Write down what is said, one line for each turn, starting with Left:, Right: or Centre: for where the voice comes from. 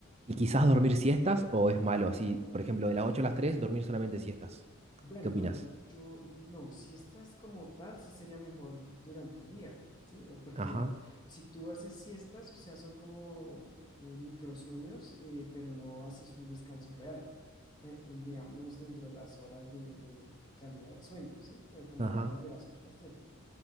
Right: ¿Y quizás
Left: Yo,
Right: dormir siestas o es malo? Así, por ejemplo, de las 8 a las tres dormir solamente siestas.
Left: Bueno,
Right: ¿Qué opinas?
Left: yo, yo no, si estás como tal, sí sería mejor durante el día, ¿sí? O- Porque
Right: Ajá,
Left: si tú haces siestas, o sea, son como eh, microsueños, eh, pero no haces un descanso real, eh, eh, digamos, dentro de las horas de, de calidad de sueño, ¿sí? Eh, Como
Right: ajá,
Left: hablamos de las 8 a las 3.